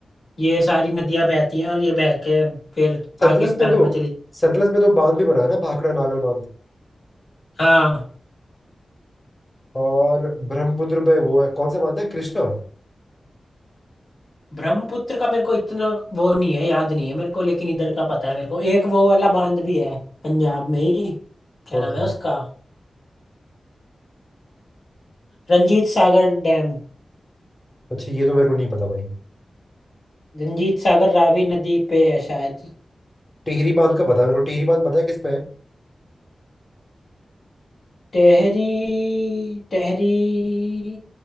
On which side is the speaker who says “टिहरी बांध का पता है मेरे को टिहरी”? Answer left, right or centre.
Left